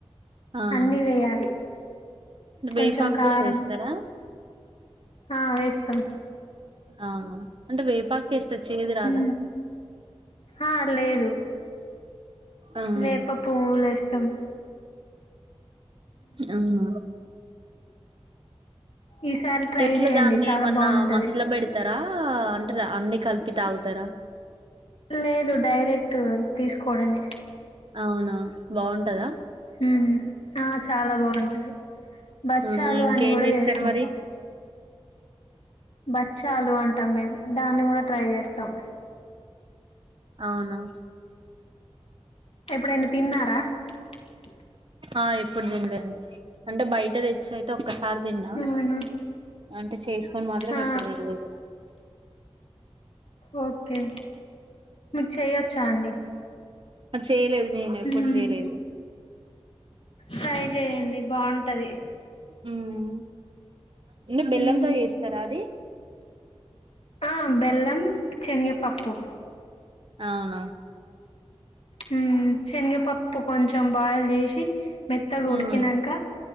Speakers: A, on the right; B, on the left.
A: అవునా
B: అన్నీ వేయాలి
A: వేపాకు
B: కొంచెం కారం
A: కూడా వేస్తారా
B: ఆ వేస్తాం
A: అవును అంటే వేపాక వేస్తే చేది రాదా
B: ఉమ్ ఆ లేదు
A: అవును
B: వేప పూలస్త సమ్
A: హమ్
B: ఈసారి ట్రై
A: టట్లు
B: చేయండి
A: దాన్ని
B: చాలా
A: ఏమన్నా
B: బాగుంటది
A: మసలో పెడతారా అంటార అన్ని కలిపి తాగుతారా
B: లేదు డైరెక్ట్ తీసుకోవడమ
A: అవునా బాగుంటదా
B: హ ఆ చాలా బాగుంటది బచ్చాలు
A: అవునా ఇంకేం
B: అన్ని కూడా
A: చేస్తారు
B: చేసుకుంటాం
A: మరి
B: బచ్చాలు అంటాం మీమ్ దాన్ని కూడా ట్రై చేస్తాం
A: అవునా
B: ఎపుడైనా తిన్నారా చ్ చ్
A: ఆ ఎప్పుడు తిన్లేండి అంటే బయట తెచ్చ అయితే ఒక్ ఒక్కసారి తిన్న
B: అవునా
A: అంటే చేస్ కొన్ మాత్రం
B: ఆ
A: ఎప్పుడు తినలేదు
B: ఒకే మీకు చేయొచ్చా అండి
A: ఆ చేయలేదు నేను ఎప్పుడు
B: మ్మ్
A: చేయలేదు
B: ట్రై చేయండి బాగుంట్ టది
A: మ్మ్ అండి బెల్లంతో
B: ఉమ్
A: చేస్తారా అది
B: ఆ బెల్లం శేనగపప్పు
A: ఔనా
B: మ్మ్ శేనగపప్పు కొంచెం బాయిల్ జేసి మెత్తగా ఉడికినంకా
A: ఉమ్